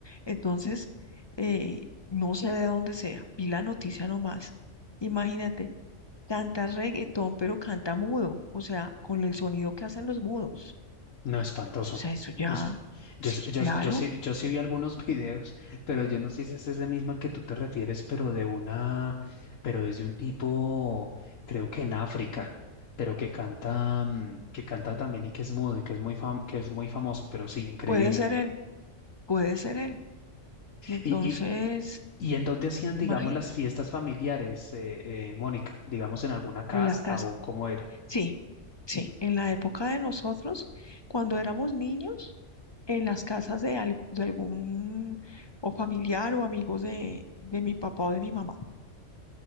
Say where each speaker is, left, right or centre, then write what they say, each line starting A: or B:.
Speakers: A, on the left; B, on the left.
A: Entonces, eh, no sé de dónde sea, vi la noticia nomás. Imagínate, canta reggaetón, pero canta mudo, o sea, con el sonido que hacen los mudos.
B: No, espantoso.
A: O sea, eso ya,
B: Es, yo,
A: sí,
B: s- yo,
A: claro,
B: s- yo, sí, yo sí vi algunos <laughs> videos, pero yo no sé si es ese mismo al que tú te refieres, pero de una, pero desde un tipo, creo que en África, pero que canta, mm, que canta también y que es mudo y que es muy fam- que es muy famoso, pero sí, increíble.
A: puede ser él, puede ser él. Y entonces,
B: Y, y, y, y en dónde hacían, digamos,
A: imagínate,
B: las fiestas familiares, eh, eh, Mónica? Digamos, en alguna casa
A: en las casas.
B: o cómo era.
A: Sí, sí. En la época de nosotros, cuando éramos niños, en las casas de, al- de algún o familiar o amigos de, de mi papá o de mi mamá.